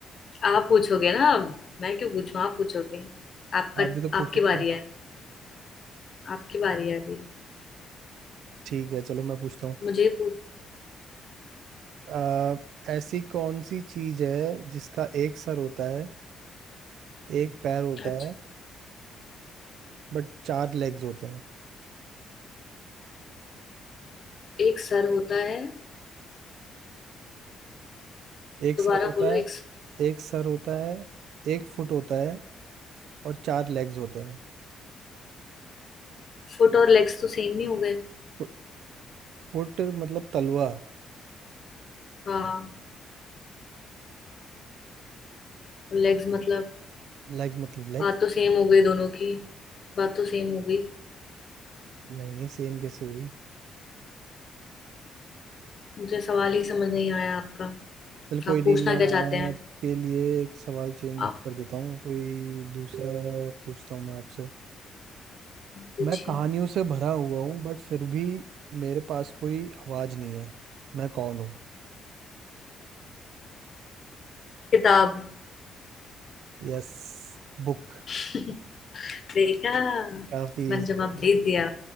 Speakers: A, on the left (about 45°); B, on the right (about 80°).
A: आप पूछोगे ना अब मैं क्यों पूछूं आप पूछोगे आपका
B: आप भी तो पूछ
A: आपकी
B: सकते
A: बारी
B: हो
A: है आपकी बारी है अभी
B: ठीक है चलो मैं पूछता हूँ
A: मुझे पूछ
B: अ, ऐसी कौन सी चीज है जिसका एक सर होता है एक पैर होता
A: अच्छा
B: है बट चार लेग्स होते हैं
A: एक सर होता है
B: एक सर
A: दोबारा
B: होता
A: बोलो
B: है
A: एक
B: एक सर होता है एक फुट होता है और चार लेग्स होते हैं
A: फुट और लेग्स तो सेम नहीं हो गए
B: फुट, फुट मतलब तलवा
A: हाँ लेग्स मतलब
B: लेग्स मतलब लेग्स
A: बात तो सेम हो गई दोनों की बात तो सेम हो गई
B: नहीं नहीं सेम कैसे हुई
A: मुझे सवाल ही समझ नहीं आया आपका
B: चल कोई
A: आप
B: नहीं
A: पूछना
B: मैं
A: क्या चाहते हैं
B: आपके लिए एक सवाल चेंज
A: आप
B: कर देता हूँ कोई दूसरा पूछता हूँ मैं आपसे
A: पूछिए
B: मैं कहानियों से भरा हुआ हूँ बट फिर भी मेरे पास कोई आवाज नहीं है मैं कौन हूँ
A: किताब
B: Yes book
A: <laughs> देखा
B: काफी
A: मैंने
B: इजी
A: जवाब दे दिया